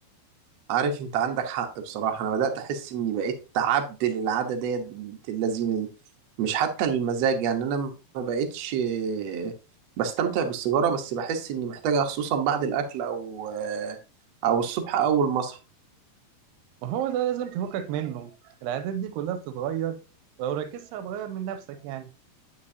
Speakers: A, on the right; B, on the right.
A: عارف انت عندك حق بصراحة انا بدأت احس اني بقيت عبد للعادة ديت بنت اللذينة دي مش حتى المزاج يعني انا ما بقيتش آه، بستمتع بالسيجارة بس بحس اني محتاجها خصوصا بعد الاكل او آه، او الصبح اول ما اصحى
B: وهو ده لازم تفكك منه العادات دي كلها بتتغير ولو ركزت هتغير من نفسك يعني